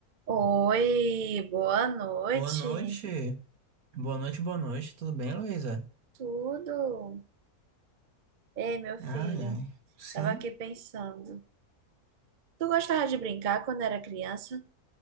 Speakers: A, on the right (about 50°); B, on the right (about 70°).
A: Oi, boa noite.
B: Boa noite. Boa noite, boa noite. Tudo bem, Luísa?
A: Tudo? Ei, meu filho,
B: Ai, ai. Sim.
A: tava aqui pensando. Tu gostava de brincar quando era criança?